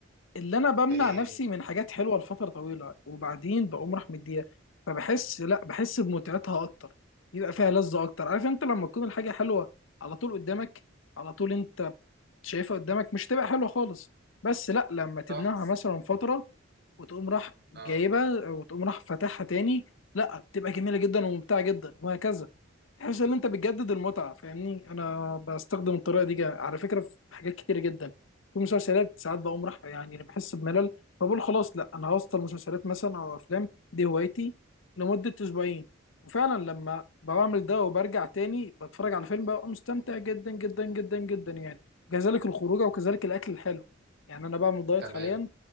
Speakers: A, on the left; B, on the right.
A: اللي انا بمنع
B: في ايه
A: نفسي
B: هي
A: من حاجات حلوه لفتره طويله وبعدين بقوم راح مديها فبحس لا بحس بمتعتها اكتر يبقى فيها لذه اكتر عارف انت لما تكون الحاجه حلوه على طول قدامك على طول انت شايفها قدامك مش تبقى حلوه خالص بس لا لما تبنعها
B: صح
A: مثلا فتره وتقوم راح
B: اه
A: جايبها وتقوم راح فاتحها تاني لا بتبقى جميله جدا وممتعه جدا وهكذا تحس ان انت بتجدد المتعه فاهمني انا بستخدم الطريقه دي جا- على فكره في حاجات كتير جدا في مسلسلات ساعات بقوم راح يعني بحس بملل فبقول خلاص لا انا هوصل مسلسلات مثلا او افلام دي هوايتي لمده اسبوعين وفعلا لما بعمل ده وبرجع تاني بتفرج على فيلم ببقى مستمتع جدا جدا جدا جدا يعني وكذلك الخروجه وكذلك الاكل الحلو يعني انا بعمل دايت
B: تمام
A: حاليا